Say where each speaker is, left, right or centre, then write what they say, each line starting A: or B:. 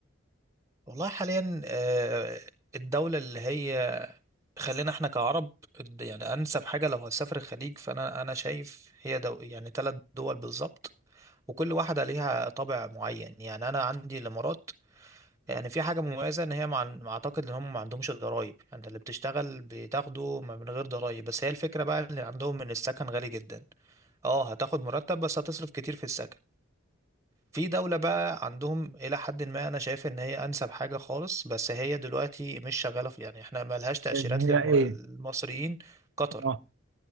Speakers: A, on the right; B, on the right.
A: والله حاليا آه، الدولة اللي هي خلينا احنا كعرب د- يعني انسب حاجه لو هتسافر الخليج فانا انا شايف هي دو يعني ثلاث دول بالظبط وكل واحده ليها طابع معين يعني انا عندي الامارات يعني في حاجه مميزه ان هي مع اعتقد ان هم ما عندهمش ضرايب يعني اللي بتشتغل بتاخده من غير ضرايب بس هي الفكره بقى اللي عندهم ان السكن غالي جدا اه هتاخد مرتب بس هتصرف كتير في السكن في دولة بقى عندهم إلى حد ما أنا شايف إن هي أنسب حاجة خالص بس هي دلوقتي مش شغالة في يعني إحنا ملهاش تأشيرات
B: اللي هي
A: للمصريين
B: ايه؟
A: قطر
B: اه